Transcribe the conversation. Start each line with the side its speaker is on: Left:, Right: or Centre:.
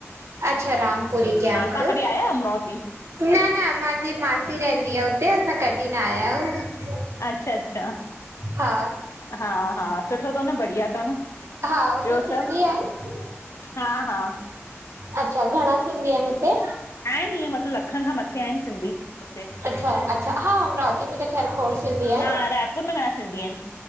Right: अच्छा रामपुरी कैम्प।
Left: तव्हां कॾहिं आया आहियो अमरावती
Right: न न मांजी मासी रहंदी आ हुते। असां कढी न आया आहंयू?
Left: अच्छा अच्छा
Right: हा
Left: हा हा, सुठो तव न बढ़िया तव न।
Right: हा, हुते
Left: ॿियो
Right: सिंधी
Left: सभु
Right: आहिनि?
Left: हा हा
Right: अच्छा, घणा सिंधी आहिनि हुते?
Left: आहिनि इअं मतिलबु लखनि खां मथे आहिनि सिंधी हिते।
Right: अच्छा अच्छा, हा, अमरावती में त खैर खोड़ सिंधी आहिन।
Left: हा रायपुर में घणा सिंधी आहिनि